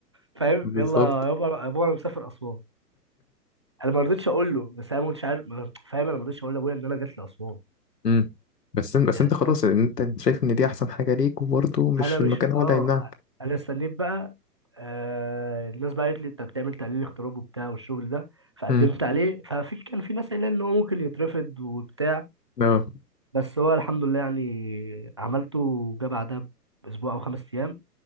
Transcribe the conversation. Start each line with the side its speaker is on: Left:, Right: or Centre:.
Right: فاهم
Left: بالظبط
Right: يلا يابا يا بابا انا مسافر اسوان انا ما رضيتش اقول له بس انا ما كنتش عارف فاهم انا ما رضيتش اقول لابويا ان انا جات لاسوان
Left: مم. بس إن- بس
Right: يعني
Left: أنت خلاص
Right: فاهم
Left: أنت شايف إن دي أحسن حاجة ليك وبرضه مش
Right: انا مش
Left: المكان هو
Right: اه
Left: اللي هيمنعك
Right: انا استنيت بقى آه الناس بقى قالت لي انت بتعمل تحليل اغتراب وبتاع والشغل ده فقدمت
Left: مم.
Right: عليه ففي كان في ناس قايله ان هو ممكن يترفض وبتاع
Left: اه
Right: بس هو الحمد لله يعني عملته وجا بعدها باسبوع او خمس ايام